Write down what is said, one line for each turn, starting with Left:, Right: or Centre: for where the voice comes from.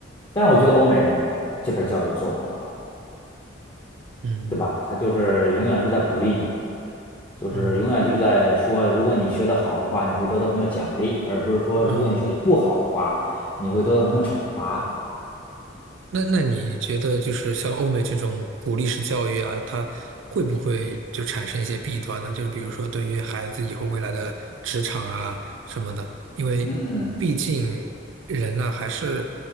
Left: 但是我觉得欧美人这边教育就做得很好，
Right: 嗯
Left: 对吧？他就是永远是在鼓励你，就是永远就在说，
Right: 嗯
Left: 如果你学得好的话，你会得到什么奖励，而不是说如果你学得不好的话，
Right: 嗯，
Left: 你会得到什么惩罚。
Right: 那那你觉得就是像欧美这种鼓励式教育啊，它会不会就产生一些弊端呢？就是比如说对于孩子以后未来的职场啊什么的，因为毕竟人呢还是
Left: 嗯，